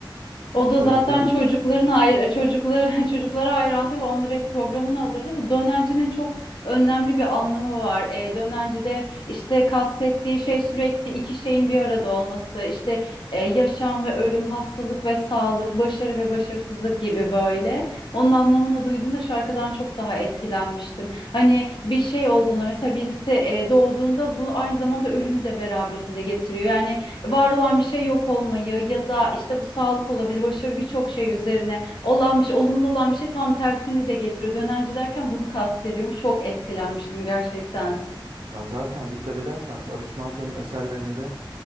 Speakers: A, on the left (about 65°); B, on the right (about 80°).
A: O da
B: O
A: zaten
B: yüzden
A: çocukların ayr çocukları <laughs> çocuklara hayrandı ve onları hep programını alırdı. Bu dönencinin çok önemli bir anlamı var. E, dönencide işte kastettiği şey sürekli iki şeyin bir arada olması. İşte e, yaşam ve ölüm, hastalık ve sağlık, başarı ve başarısızlık gibi böyle. Onun anlamını duyduğunda şarkıdan çok daha etkilenmiştim. Hani bir şey olduğunda mesela birisi e, doğduğunda bu aynı zamanda ölümü de beraberinde getiriyor. Yani var olan bir şey yok olmayı ya da işte bu sağlık olabilir, başarı birçok şey üzerine olan bir şey, olumlu olan bir şey tam tersini de getiriyor. Dönence derken bunu kastediyormuş. Çok etkilenmiştim gerçekten.
B: ya zaten dikkat edersen Barış Manço'nun eserlerinde